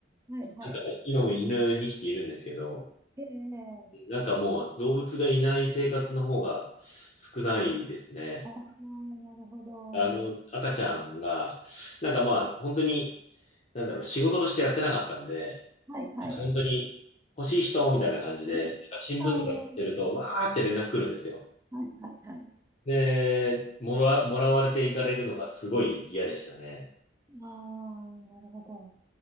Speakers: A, on the right; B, on the left.
A: はい、はい。
B: なんか今も犬2匹いるんですけど、
A: ええ
B: なんかもう動物がいない生活の方が少ないですね。
A: ああ、なるほど。
B: あの、赤ちゃんが、なんかまあ、本当に、なんだろう、仕事としてやってなかったんで、
A: はいはい。
B: 本当に欲しい人みたいな感じで、
A: うん。
B: なんか新聞とかで見てると、
A: ああ、
B: わーって連絡来るんですよ。
A: はいはいはい。
B: で、もら、もらわれていかれるのがすごい嫌でしたね。
A: ああ、なるほど。